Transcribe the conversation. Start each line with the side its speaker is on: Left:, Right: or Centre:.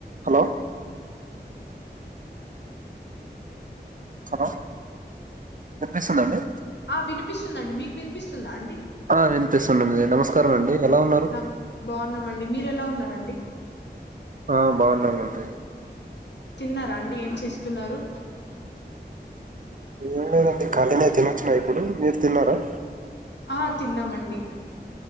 Right: హలో హలో వినిపిస్తుందా అండి
Left: ఆ వినిపిస్తుందండి మీకు వినిపిస్తుందా అండి
Right: ఆ వినిపిస్తుంది నమస్కారం అండి ఎలా ఉన్నారు
Left: న బాగున్నామండి మీరు ఎలా ఉన్నారండి
Right: హా బాగున్నామండీ
Left: తిన్నారా అండి ఏం చేస్తున్నారు
Right: ఏం లేదండి ఖాళీనే తినొచ్చుిన ఇప్పుడు మీరు తిన్నారా
Left: ఆ తిన్నామండి